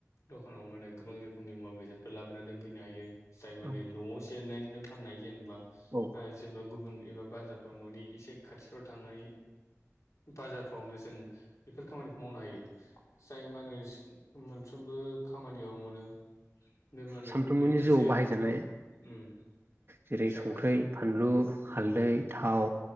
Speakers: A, on the left; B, on the right.
A: दखानाव माने गोबां रोखोमनि मुवा बेसादफोर लाबोनानै दोनफैनो हायो। जाय माने
B: औ
A: न'आव जेरनानै फाननाय जेनबा
B: औ।
A: हाय जेनेबा गुबुन एबा बाजारफ्राव न'नि एसे खाथिफ्राव थांनानै बाजारफ्रावनो जों बेफोर खामानिखौ मावनो हायो। जाय मानो सि मोनफ्रोमबो खामानियाव मोनो बे मा होनो
B: सानफ्रोमबोनि
A: बे मोनसे
B: जिउआव बाहायजानाय
A: उम
B: जेरै'
A: जाय
B: संख्र्रि
A: मा
B: फान बानलु हाल्दै थाव